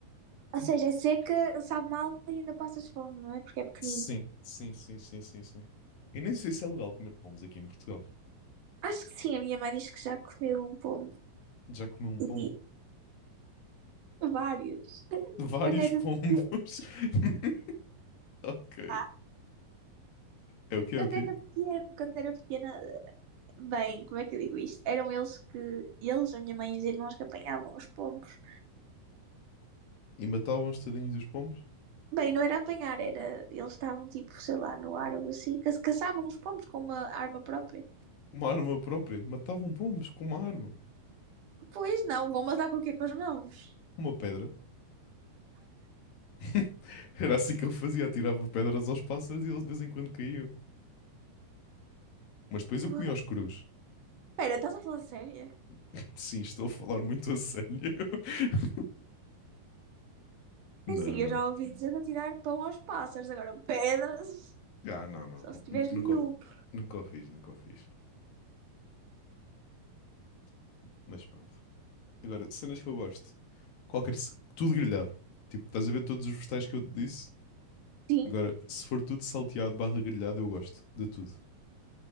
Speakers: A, on the right (about 65°); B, on the left (about 70°).
A: Ou seja, é seca, sabe mal e ainda passas fome, não é? Porque é pequenino.
B: Sim, sim, sim, sim, sim, sim. Eu nem sei se é legal comer pombos aqui em Portugal.
A: Acho que sim, a minha mãe diz que já comeu um pombo
B: Já comeu um pombo?
A: e <laughs> vários.
B: Vários
A: Quando era
B: pombos.
A: pequena,
B: <laughs> Ok.
A: vá,
B: É o quê? É
A: quando
B: o quê?
A: era pequena, quando era pequena, bem, como é que eu digo isto? Eram eles que, eles, a minha mãe e os irmãos que apanhavam os pombos.
B: E matavam os tadinhos dos pombos?
A: Bem, não era apanhar, era, eles estavam tipo, sei lá, no ar ou assim, ca- caçavam os pombos com uma arma própria.
B: Uma arma própria. Matavam pombos com uma arma.
A: Pois não, vão matar com o quê? Com as mãos.
B: Com uma pedra. <laughs> Era assim que ele fazia. Atirava pedras aos pássaros e eles de vez em quando caíam. Mas depois
A: What?
B: eu comi aos crus.
A: Espera, estás a falar sério?
B: <laughs> Sim, estou a falar muito a sério. <laughs> Não,
A: É assim, eu
B: não.
A: já ouvi dizer de atirar pão aos pássaros, agora pedras,
B: Ah, não, não.
A: só se tiveres
B: N- Nunca,
A: miúdo.
B: o- nunca o fiz, nunca o fiz. Mas pronto. Agora, cenas que eu gosto. Qualquer. ce- Tudo grelhado. Tipo, estás a ver todos os vegetais que eu te disse?
A: Sim,
B: Agora, se for tudo salteado barra grelhado, eu gosto de tudo.